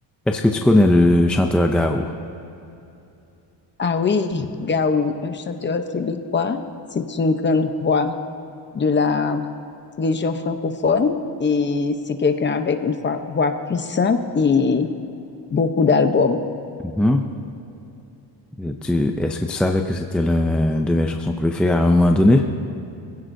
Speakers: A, in the centre; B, on the left.
A: Est-ce que tu connais le chanteur Gao?
B: Ah oui, Gaou, un chanteur québécois, c'est une grande voix de la région francophone et c'est quelqu'un avec une foi- voix puissante et beaucoup d'albums.
A: Mhm. Et tu- Est-ce que tu savais que c'était l'un de mes chansons préférées à un moment donné?